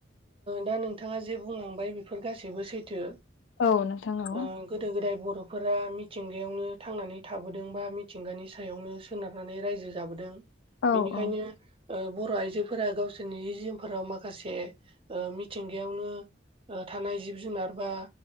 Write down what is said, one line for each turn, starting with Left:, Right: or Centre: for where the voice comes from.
Right: दा नोंथाङा जे बुंलांबाय बेफोर गासैबो सैथो
Left: औ नोंथां औ
Right: ओ गोदो गोदाय बर'फोरा मिथिंगायावनो थांनानै थाबोदों बा मिथिंगानि सायावनो सोनारनानै रायजो जाबोदों
Left: औ
Right: बेनिखायनो
Left: औ
Right: ओ बर' आय जोफोरा गावसोरनि जि जोमफोराव माखासे ओ मिथिंगायावनो ओ थानाय जिब जुनार बा